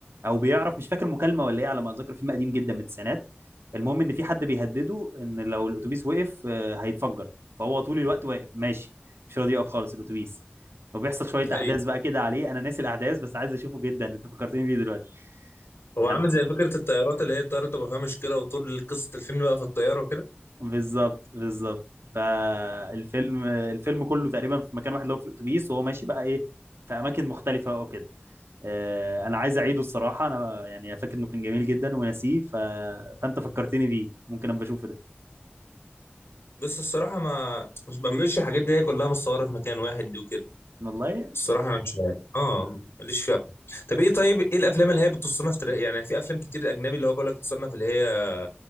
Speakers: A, on the right; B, on the left.
A: او بيعرف مش فاكر مكالمه ولا ايه على ما اتذكر فيلم قديم جدا من التسعينات المهم ان في حد بيهدده ان لو الاتوبيس وقف آه، هيتفجر فهو طول الوقت واقف ماشي مش راضي يقف خالص الاتوبيس فبيحصل شويه
B: <laughs>
A: احداث
B: ايوه
A: بقى كده عليه انا ناسي الاحداث بس عايز اشوفه جدا انت فكرتني بيه دلوقتي
B: هو
A: كان
B: عامل زي فكره الطيارات اللي هي الطياره تبقى فيها مشكله وطول قصه الفيلم بقى في الطياره وكده
A: بالظبط بالظبط فالفيلم الفيلم كله تقريبا في مكان واحد اللي هو في الاتوبيس وهو ماشي بقى ايه في اماكن مختلفه او كده آه، انا عايز اعيده الصراحه انا يعني فاكر انه كان جميل جدا وناسيه ف... فانت فكرتني بيه ممكن ابقى اشوفه ده
B: بس الصراحه ما ما بعملش الحاجات دي هي كلها متصوره في مكان واحد دي وكده
A: والله
B: الصراحه انا مش عارف اه
A: مم،
B: ماليش فيها طب ايه طيب ايه الافلام اللي هي بتصنف تاريخ يعني في افلام كتير اجنبي اللي هو بقول لك تصنف اللي هي